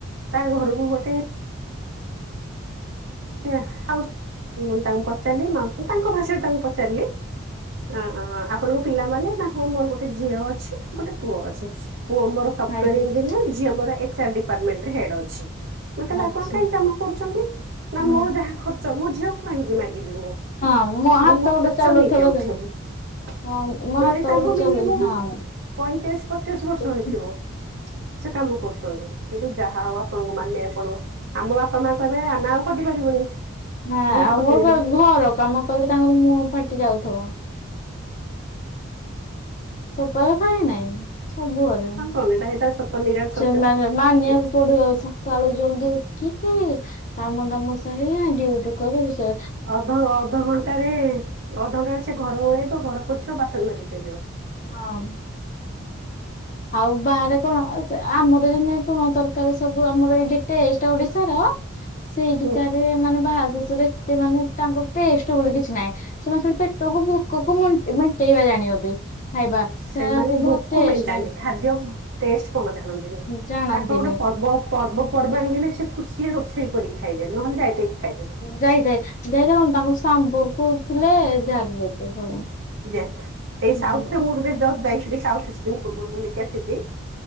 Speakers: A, on the right (about 65°); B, on the left (about 40°).
A: ତାଙ୍କ ଘରକୁ ଗୋଟେ ଉଁ <unintelligible> ମୁଁ ତାଙ୍କୁ ପଚାରିଲି, ମାଉସି ତାଙ୍କ ଭାଷାରେ ତାଙ୍କୁ ପଚାରିଲି। ଆଁ -ଆପଣଙ୍କ ପିଲାମାନେ, ନାଁ ହଁ ମୋର ଗୋ ଗୋଟେ ଝିଅ ଅଛି, ଗୋଟେ ପୁଅ ଅଛି। ପୁଅ ମୋର ସଫ୍ଟୱାର
B: ମ୍ୟାଜିକ୍
A: ଇଞ୍ଜିନିୟର୍ ଝି ଝିଅ ମୋର ଏଚ ଆର ଡିପାର୍ଟମେଣ୍ଟ ରେ ହେଡ୍ ଅଛି। ମୁଁ କହିଲି ତାହେଲେ
B: ମ୍ୟାଚିଂ।
A: ଆପଣ କାଇଁ କାମ କରୁଛନ୍ତି? ନା
B: ହୁଁ
A: ମୋର ଯାହା ଖର୍ଚ୍ଚ ମୋ ଝିଅକୁ କାହିଁକି ମାଗିବି ମୁଁ।
B: ହ୍ୟାଲୋ ହଁ ହଁ ହଁ ହଁ ହାତ
A: ମୁଁ ମୋ
B: ଗୋଟେ
A: ଖର୍ଚ୍ଚ
B: ଚଲଉଥିବ
A: ନିଜେ ଉଠେଇବି।
B: ଯେ- ହଁ ମୋ ହାତ
A: ନାଇଁ ତାଙ୍କୁ
B: ଗୋଟେ ଚଲଉ
A: ମିନିମମ୍
B: ହଁ।
A: ପଇଁତିରିଶ ପଚାଶ ବର୍ଷ
B: ଆଛା
A: ହେଇଥିବ। ସେ କାମ କରୁଛନ୍ତି। କିନ୍ତୁ ଯାହା ହଉ ଆପଣଙ୍କୁ ମାନିଆକୁ ପଡିବ, ଆମ ବାପା ମା କହିବେ ଆମେ ଆଉ ଖଟି ପାରିବୁନି।
B: ନା
A: ବହୁତ
B: ଆଉ
A: ଖଟିଦେଲୁ।
B: ମୋର ଘର କାମ କଲେ ତାଙ୍କର ମୁହଁ ଫାଟି ଯାଉଥବ। ସତ କଥା ନାଁ ନାଇଁ ସବୁ ଘରେ।
A: ଆଉ କଣ ଏଇଟା ଏଇଟା ସତ ନିରାଟ ସତ୍ୟ।
B: ସେ ମାନେ ମାନିଆକୁ ପଡିବ ସ ସଖାଳୁ ଜଲଦି ଉଠିକି, କାମ ଦାମ ସରିଆ ଡିଉଟି କରି ବସିଆ
A: ଅଧ ଅଧଘଣ୍ଟାରେ, ଅଧଘଣ୍ଟାରେ ସେ ଘର ଓଳେଇବ ଘର ପୋଛିବ ବାସନ ମାଜି ପାରିବ।
B: ହଁ। ଆଉ ବାହାରେ କଣ ସେ ଆମର ଯେମିତି, ତୁଅଣ ତରକାରୀ ସବୁ ଆମର ଏଇଠି ଟେଷ୍ଟ ଓଡିଶାର ସେଇଠିକାରେ
A: ହୁଁ
B: ମାନେ ବାହାର ଦେଶରେ, ଏତେ ମାନେ ତାଙ୍କେ ଟେଷ୍ଟ ବୋଲି କିଛି ନାହିଁ। ସେମାନେ ଖାଲି ପେଟକୁ ଭୋକକୁ ମେଣ୍ଟେ ମେଣ୍ଟେଇବା ଜାଣିଚନ୍ତି। ଖାଇବା ସେ
A: ସେମାନେ
B: କିନ୍ତୁ
A: ଭୋକ
B: ଟେଷ୍ଟ
A: ମେନ୍ ଟାନ୍ତି
B: ନାହିଁ
A: ଖାଦ୍ୟ ଟେଷ୍ଟ କଣ ଜାଣନ୍ତିନି ତାଙ୍କର
B: ଜାଣନ୍ତିନି।
A: ଗୋଟେ ପର୍ବ, ପର୍ବ ପର୍ବାଣି ହେଲେ ସେ ଖୁସି ରେ ରୋଷେଇ କରି ଖାଇବେ ନହଲେ ଯାଇ ତାହିକି ଖାଇଦେବେ।
B: ଯାଇତାହି ଯାଇତାହି କଣ ତାଙ୍କର ସାମ୍ବର କହୁଥିଲେ ଯାହାକୁ ଯେତେ ସବୁ।
A: ଯେଥ୍ ସେଇ
B: ହଁ।
A: ସାଉଥ୍ ରେ ମୁଁ ଏବେ ଜଷ୍ଟ ଯାଇଥିଲି ସାଉଥ୍ କିଛିଦିନ ପୁର୍ବରୁ ବୁଲିକି ଆସିଛି।